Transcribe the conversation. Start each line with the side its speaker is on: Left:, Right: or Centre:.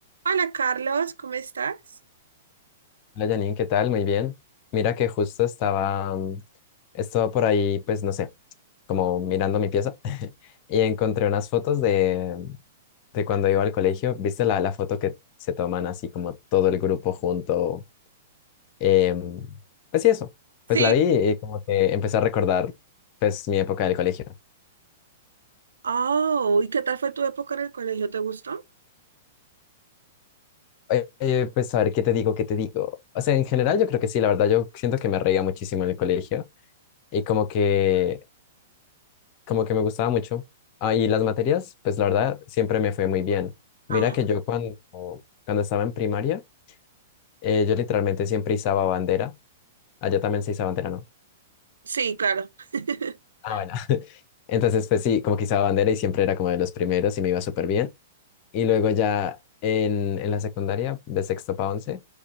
Right: Hola Carlos, ¿cómo estás?
Left: Hola Janine, ¿qué tal? Muy bien. Mira que justo estaba, mm, estaba por ahí, pues no sé, como mirando mi pieza <laughs> y encontré unas fotos de, de cuando iba al colegio. ¿Viste la, la foto que se toman así como todo el grupo junto? Em, pues sí, eso.
Right: Sí.
Left: Pues la vi y como que empecé a recordar pues mi época del colegio.
Right: Oh, ¿y qué tal fue tu época en el colegio? ¿Te gustó?
Left: Eh, eh, pues a ver, ¿qué te digo? ¿Qué te digo? O sea, en general yo creo que sí, la verdad yo siento que me reía muchísimo en el colegio y como que como que me gustaba mucho. Ah, y las materias, pues la verdad, siempre me fue muy bien.
Right: Ajá.
Left: Mira que yo cuando, cuando estaba en primaria, eh, yo literalmente siempre izaba bandera. Allá también se izaba bandera, ¿no?
Right: Sí, claro. <laughs>
Left: Ah, bueno. <laughs> Entonces, pues sí, como que izaba bandera y siempre era como de los primeros y me iba súper bien. Y luego ya en, en la secundaria, de sexto para once,